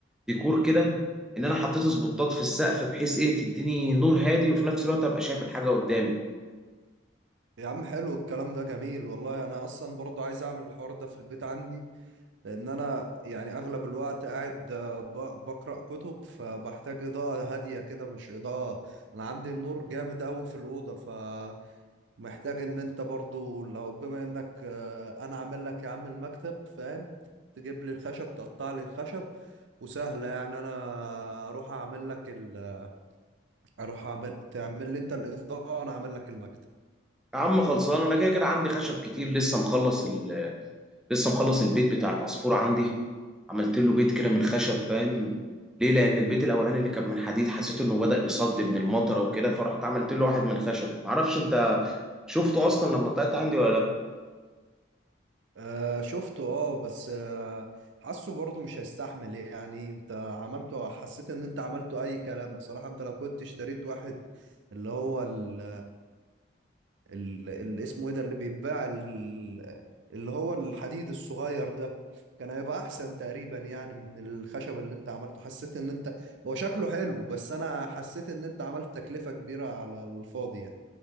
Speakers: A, in the centre; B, on the right (about 70°).
A: ديكور كده ان انا حطيت سبوتات في السقف بحيث ايه تديني نور هادي وفي نفس الوقت ابقى شايف الحاجه قدامي
B: يا عم حلو الكلام ده جميل والله انا اصلا برضه عايز اعمل الحوار ده في البيت عندي لان انا يعني اغلب الوقت قاعد آه، ب- بقرا كتب فبحتاج اضاءه هاديه كده مش اضاءه انا عندي النور جامد قوي في الاوضه فمحتاج ان انت برضه لو بما انك آه، انا عامل لك يا عم المكتب فاهم تجيب لي الخشب تقطع لي الخشب وسهله يعني انا اروح اعمل لك ال... اروح اعمل تعمل لي انت الاضاءه وانا اعمل لك المكتب
A: يا عم خلصان انا كده كده عندي خشب كتير لسه مخلص ال... لسه مخلص البيت بتاع العصفور عندي عملت له بيت كده من خشب فاهم ليه لان البيت الاولاني اللي كان من حديد حسيت انه بدأ يصد من المطره وكده فرحت عملت له واحد من خشب معرفش انت شفته اصلا لما طلعت عندي ولا لا
B: آه شفته اه بس آه حاسه برضه مش هيستحمل يعني انت عملته حسيت ان انت عملته اي كلام بصراحة انت لو كنت اشتريت واحد اللي هو ال ال ال- اسمه ايه ده اللي بيتباع ال- اللي هو الحديد الصغير ده كان هيبقى احسن تقريبا يعني من الخشب اللي انت عملته حسيت ان انت هو شكله حلو بس انا حسيت ان انت عملت تكلفة كبيرة على الفاضي يعني